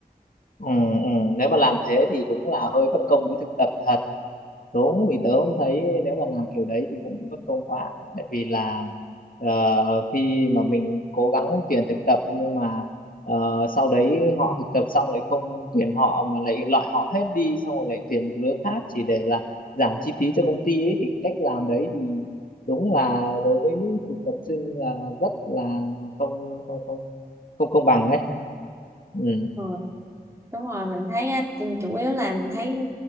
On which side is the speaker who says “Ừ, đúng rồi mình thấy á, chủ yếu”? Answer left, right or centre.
Right